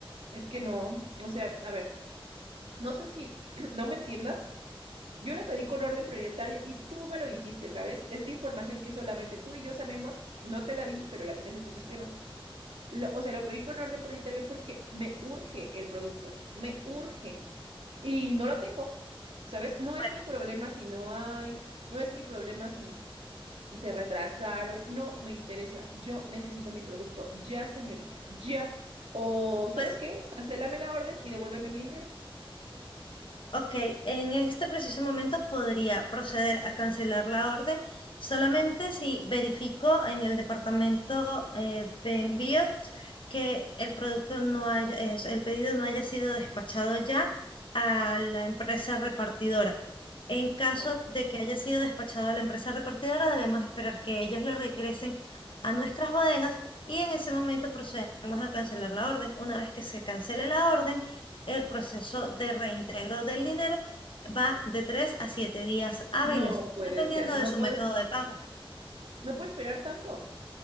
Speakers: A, on the right; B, on the left.
A: Es que no, o sea, a ver, no sé si <clears throat> no me entiendas. Yo la pedí con orden prioritaria y tú me lo dijiste, ¿sabes? Es información que solamente tú y yo sabemos, no te la di, pero la tienes en tu sistema. Lo- o sea, lo pedí con orden prioritario porque me urge el producto, me urge y no lo tengo, ¿sabes? No
B: Bueno,
A: es mi problema si no hay, no es mi problema si... Se retrasaron. No me interesa. Yo necesito mi producto ya, señorita. Ya. O, ¿sabes
B: pues
A: qué? Cancélame la orden y devuélveme mi dinero.
B: Ok, en este preciso momento podría proceder a cancelar la orden solamente si verifico en el departamento eh, de envíos que el producto no haya, es- el pedido no haya sido despachado ya a la empresa repartidora. En caso
A: No,
B: de que haya sido despachado a la empresa repartidora, debemos esperar que ellos lo regresen a nuestras bodegas y en ese momento procedemos a cancelar la orden. Una vez que se cancele la orden, el proceso de reintegro del dinero va de 3 a 7 días hábiles,
A: No puede
B: dependiendo
A: ser. No
B: de su
A: puedes,
B: método de pago.
A: no puedo esperar tanto.